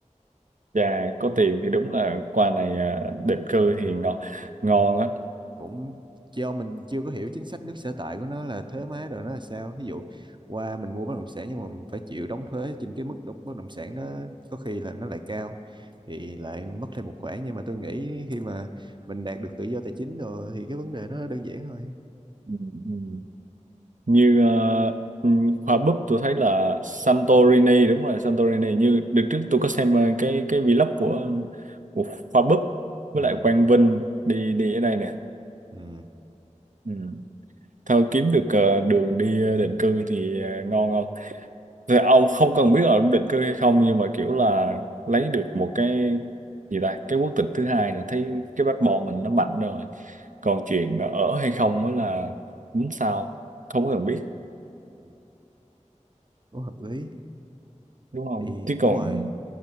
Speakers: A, on the right (about 80°); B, on the right (about 35°).
A: Dạ có tiền thì đúng là quà này à, định cư thì ngon
B: Ừ.
A: ngon á
B: Cũng do mình chưa có hiểu chính sách nước sở tại của nó là thuế má đồ nó là sao. Ví dụ qua mình mua bất động sản nhưng mà mình phải chịu đóng thuế trên cái mức độc- bất động sản nó có khi là nó lại cao thì lại mất thêm một khoản nhưng mà tôi nghĩ khi mà mình đạt được tự do tài chính rồi thì cái vấn đề nó đơn giản thôi.
A: ừ. ừ. như ờ, ừ, hoa búp tôi thấy là Santorini đúng rồi Santorini như đợt trước tôi có xem ờ, cái cái vlog của, của hoa búp
B: Ừ.
A: với lại Quang Vinh đi đi ở đây nè
B: Ừ.
A: ừ. thôi kiếm được ờ, đường đi ờ, định cư thì ờ, ngon không thì ông không cần biết là ông định cư hay không nhưng mà kiểu là lấy được một cái gì ta cái quốc tịch thứ hai là thấy cái passport mình nó mạnh rồi còn chuyện ở hay không mới là đúng sao không có cần biết
B: Ừ. Cũng hợp lý.
A: đúng không
B: thì
A: chứ
B: đúng
A: còn
B: rồi